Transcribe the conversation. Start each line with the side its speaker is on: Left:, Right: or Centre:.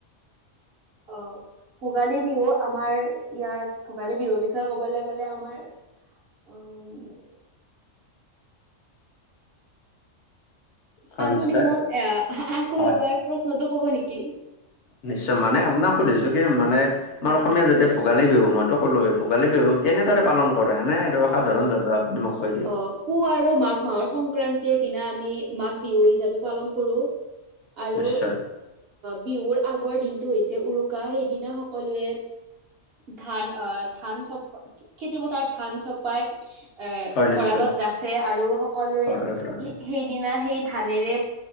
Right: অ'। ভোগালী বিহু, আমাৰ ইয়াত ভোগালী বিহুৰ বিষয়ে ক'বলৈ গ'লে আমাৰ অ'।
Left: হয়
Right: আপুনি,
Left: নিশ্চয়
Right: মোক এ আকৌ
Left: হয়
Right: এবাৰ প্ৰশ্নটো কব নেকি?
Left: নিশ্চয়, মানে আপোনাক সুধিছো কি মানে আমাৰ অসমীয়া জাতি ভোগালী বিহু, মইতো ক'লোৱে ভোগালী বিহু কেনেদৰে পালন কৰে এনে আৰু
Right: হয়
Left: সাধাৰণভাৱে
Right: হয় হয়
Left: আপুনি
Right: হয়।
Left: মোক কৈ দিয়ক।
Right: অ' পুহ আৰু মাঘ মাহৰ, সংক্ৰান্তিৰ দিনা আমি মাঘ বিহু হিচাপে পালন কৰোঁ। আৰু
Left: নিশ্চয়
Right: বিহুৰ আগৰ দিনটো হৈছে, উৰুকা সেইদিনা সকলোৱে ধান আ ধান চপ, খেতিপথাৰত ধান চপাই, এ
Left: হয়
Right: ভঁৰালত
Left: নিশ্চয়
Right: ৰাখে, আৰু সকলোৱে
Left: অৰত ৰাখোঁ।
Right: সেইদিনা, সেই ধানেৰে